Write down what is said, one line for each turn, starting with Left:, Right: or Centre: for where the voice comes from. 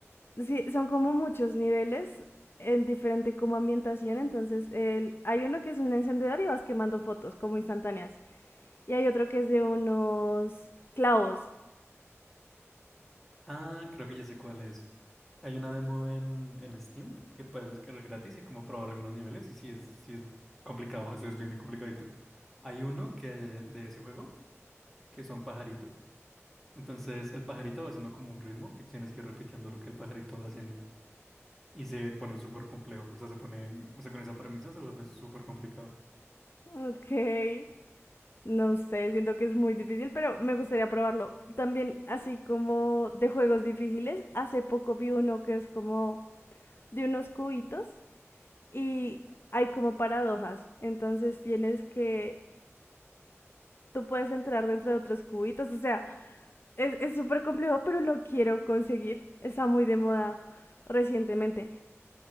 Left: Sí, son como muchos niveles en diferente como ambientación, entonces el- hay uno que es un encendedor y vas quemando fotos como instantáneas. Y hay otro que es de unos clavos.
Centre: Ah, creo que ya sé cuál es. Hay una demo en, en Steam que puedes descargar gratis y como probar algunos niveles. Y sí es, sí es complicado, o es bien complicadito. Hay uno que de ese juego que son pajaritos. Entonces el pajarito va haciendo como un ritmo y tienes que ir repitiendo lo que el pajarito va haciendo. Y se pone súper complejo. O sea, se pone, mm, o sea, con esa premisa se vuelve súper complicado.
Left: Ok. No sé, siento que es muy difícil, pero me gustaría probarlo. También, así como de juegos difíciles, hace poco vi uno que es como de unos cubitos y hay como paradojas. Entonces tienes que, tú puedes entrar dentro de otros cubitos. O sea, es es súper complejo, pero lo quiero conseguir. Está muy de moda recientemente.